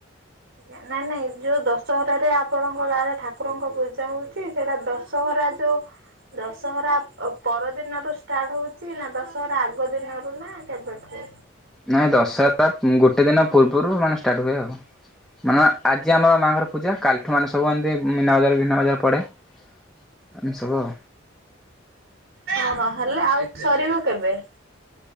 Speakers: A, on the right; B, in the centre.
A: ଆଜ୍ଞା ନାଇଁ ନାଇଁ ଯୋଉ ଦଶହରାରେ ଆପଣଙ୍କ ଗାଁରେ ଠାକୁରଙ୍କ ପୂଜା ହଉଛି ସେଇଟା ଦଶ ସହରା ଯୋଉ ଦଶହରା ପରଦିନରୁ ଷ୍ଟାର୍ଟ ହଉଛି ନା ଦଶହରା ଆଗ ଦିନରୁ ନା କେବେଠୁ?
B: ନାଇଁ ଦଶହରା ଗୋଟେ ଦିନ ପୂର୍ବରୁ ମାନେ ଷ୍ଟାର୍ଟ ହୁଏ ଆଉ। ମାନେ ଆଜି ଆମର ମାଆଙ୍କର ପୂଜା କାଲି ମାନେ ସବୁ ଏମତି ମିନା ବଜାର ବିନ୍ନା ବଜାର ପଡେ ଏମିତି ସବୁ ଆଉ।
A: ଓହଁ ହେଲେ ଆଉ ସରିବ କେବେ?